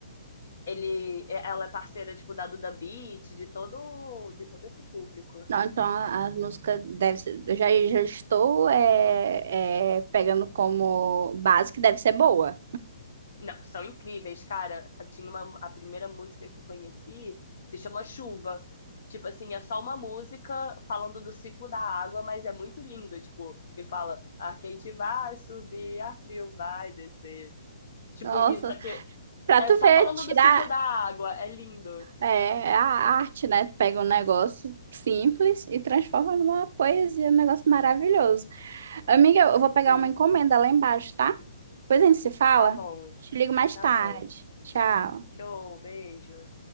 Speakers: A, on the left; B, on the right.
A: ele, é, ela é parceira tipo da Duda Beat, de todo, de todo esse público.
B: Não, então a- as músicas deve ser, eu já, já estou é, é, pegando como base que deve ser boa.
A: Não, são incríveis, cara. Tinha uma, a primeira música que eu conheci se chama Chuva. Tipo assim, é só uma música falando do ciclo da água, mas é muito lindo. Tipo, ele fala, ar quente vai subir, ar frio vai descer. Tipo,
B: Nossa,
A: isso aqui
B: pra
A: é
B: tu
A: só
B: ver,
A: falando
B: tirar
A: do ciclo da água. É lindo.
B: é, é a arte, né? Tu pega um negócio simples e transforma numa poesia, um negócio maravilhoso. Amiga, eu vou pegar
A: Sim,
B: uma encomenda lá embaixo, tá? Depois a gente se fala.
A: tá bom,
B: Te ligo mais
A: tá
B: tarde.
A: bom.
B: Tchau.
A: Show, beijo.